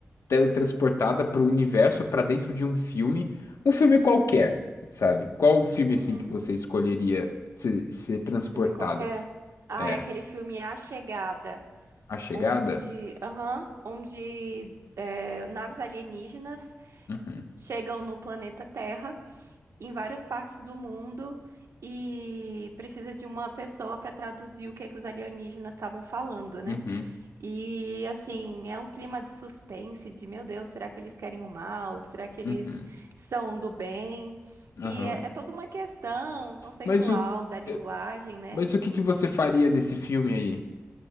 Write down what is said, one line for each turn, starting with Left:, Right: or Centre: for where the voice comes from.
Left: teletransportada para o universo, para dentro de um filme, um filme qualquer, sabe? Qual o filme assim
Right: uhum.
Left: que você escolheria ser, ser transportada?
Right: Filme qualquer. Ah,
Left: É,
Right: é aquele filme A Chegada,
Left: A Chegada?
Right: onde, aham, onde é, naves alienígenas
Left: Uhum.
Right: chegam no planeta Terra, em várias partes do mundo, e precisa de uma pessoa para traduzir o que é que os alienígenas estavam falando, né?
Left: Uhum.
Right: E assim, é um clima de suspense, de meu Deus, será que eles querem o mal? Será que eles
Left: Uhum,
Right: são do bem?
Left: aham.
Right: E é, é toda uma questão conceitual
Left: Mas o,
Right: da linguagem,
Left: eh,
Right: né?
Left: mas o que que você faria nesse filme aí?